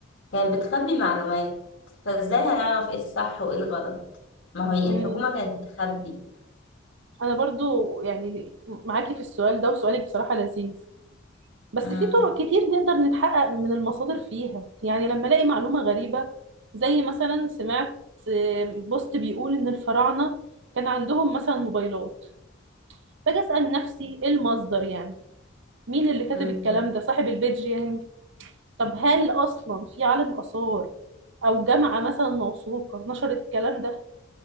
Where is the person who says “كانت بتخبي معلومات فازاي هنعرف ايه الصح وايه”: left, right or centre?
Left